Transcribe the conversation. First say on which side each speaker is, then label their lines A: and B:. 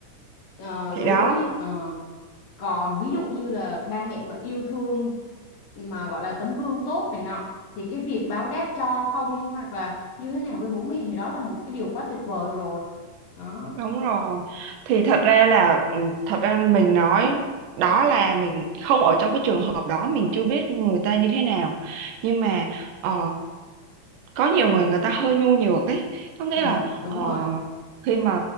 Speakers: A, on the left; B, on the right.
A: Ờ,
B: Thì
A: đối
B: đó,
A: với ờ, còn ví dụ như là ba mẹ mà yêu thương mà gọi là tấm gương tốt này nọ thì cái việc báo đáp cho không hoặc là như thế nào với bố mẹ thì đó là một cái điều quá tuyệt vời rồi đó
B: đúng rồi. Thì thật ra là ừ, thật ra mình nói đó là mình không ở trong cái trường hợp đó mình chưa biết người ta như thế nào. Nhưng mà ờ, có nhiều người người ta hơi nhu nhược ấy có nghĩa
A: ừ,
B: là
A: đúng
B: ờ,
A: rồi
B: khi mà